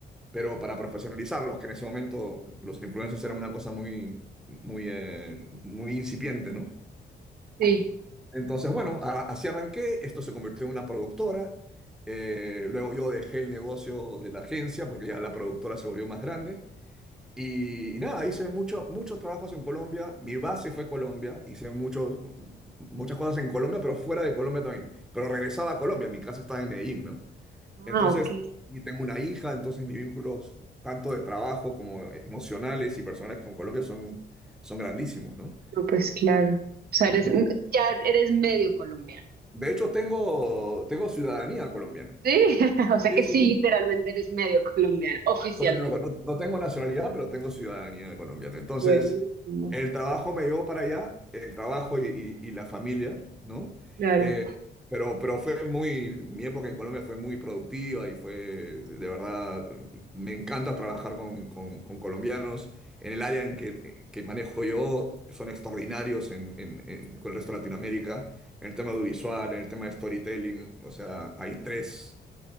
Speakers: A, in the centre; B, on the right.
A: pero para profesionalizarlos, que en ese momento los influencers eran una cosa muy, muy, eh, muy incipiente, ¿no?
B: Sí.
A: Entonces, bueno, a- así arranqué, esto se convirtió en una productora, eh, luego yo dejé el negocio de la agencia porque ya la productora se volvió más grande y, y nada, hice mucho- muchos trabajos en Colombia. Mi base fue Colombia. Hice muchos, muchas cosas en Colombia, pero fuera de Colombia también. Pero regresaba a Colombia. Mi casa estaba en Medellín, ¿no? Entonces,
B: Ah, ok.
A: y tengo una hija, entonces mis vínculos, tanto de trabajo como emocionales y personales con Colombia, son, son grandísimos, ¿no?
B: No, pues claro. O sea, eres,
A: Ujú.
B: ya eres medio colombiano.
A: De hecho, tengo, tengo ciudadanía colombiana.
B: Sí, <laughs> o sea
A: Sí,
B: que sí,
A: sí, sí.
B: literalmente eres medio colombiano, oficialmente.
A: Soy no, no tengo nacionalidad, pero tengo ciudadanía colombiana. Entonces,
B: Buenísimo,
A: el trabajo me llevó para allá, el trabajo y, y- y la familia, ¿no?
B: claro,
A: Eh, pero, pero fue muy, mi época en Colombia fue muy productiva y fue, de verdad, me encanta trabajar con, con- con colombianos. En el área en que, que manejo yo, son extraordinarios en, en- en- con el resto de Latinoamérica, en el tema audiovisual, en el tema de storytelling, o sea, hay tres